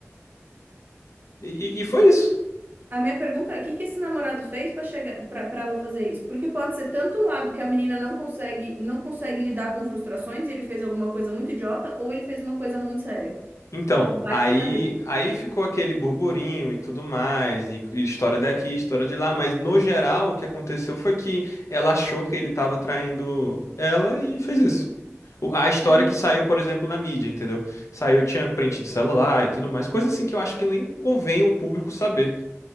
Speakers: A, on the left; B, on the right.
A: E, e- e foi isso.
B: A minha pergunta é, o que que esse namorado fez para chegar para para ela fazer isso? Porque pode ser tanto o lado que a menina não consegue não consegue lidar com frustrações e ele fez alguma coisa muito idiota, ou ele fez uma coisa muito séria.
A: Então,
B: Vai
A: aí,
B: saber.
A: aí ficou aquele burburinho e tudo mais, e, e história daqui, história de lá, mas no geral o que aconteceu foi que ela achou que ele estava traindo ela e fez isso. o- a história
B: É, mas
A: que saiu, por exemplo, na mídia, entendeu? Saiu, tinha print de celular e tudo mais. Coisa assim que eu acho que nem convém o público saber.